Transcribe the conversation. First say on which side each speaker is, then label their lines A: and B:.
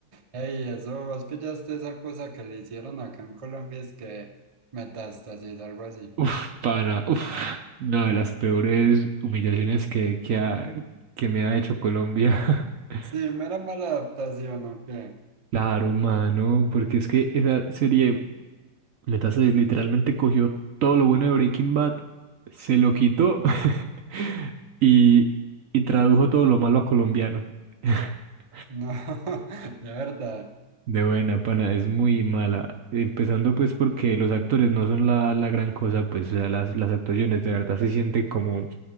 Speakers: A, on the right; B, on the right.
A: Ey, eso, vos pillaste esa cosa que le hicieron acá en Colombia, es que metástasis, algo así.
B: Uf, pana, uf, una de las peores humillaciones que, que, ha- que me ha hecho Colombia. <laughs>
A: Sí, mera mala adaptación, ¿o qué?
B: Claro, mano, porque es que esa serie Metástasis literalmente cogió todo lo bueno de Breaking Bad, se lo quitó <laughs> y, y tradujo todo lo malo a colombiano. <laughs>
A: No, <laughs> de verdad,
B: De buena, pana, es muy mala. Empezando pues porque los actores no son la, la gran cosa, pues o sea, las, las actuaciones de verdad se sienten como